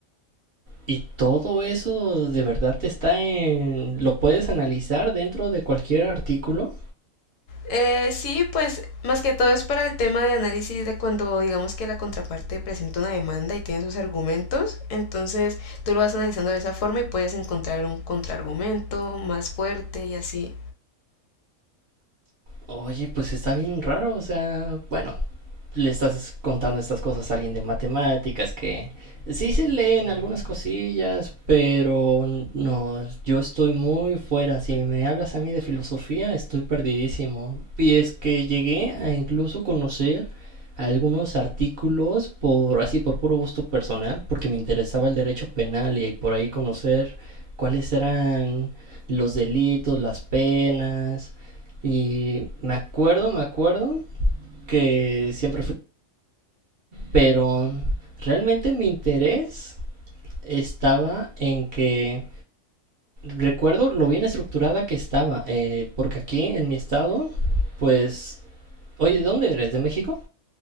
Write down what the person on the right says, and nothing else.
Y todo eso de verdad está en... ¿Lo puedes analizar dentro de cualquier artículo?
Oye, pues está bien raro, o sea, bueno, le estás contando estas cosas a alguien de matemáticas que sí se leen algunas cosillas, pero no, yo estoy muy fuera. Si me hablas a mí de filosofía, estoy perdidísimo. Y es que llegué a incluso conocer algunos artículos por así por puro gusto personal, porque me interesaba el derecho penal y por ahí conocer cuáles eran los delitos, las penas. Y me acuerdo, me acuerdo que siempre fui pero realmente mi interés estaba en que recuerdo lo bien estructurada que estaba, eh, porque aquí en mi estado, pues, oye, ¿de dónde eres? ¿De México?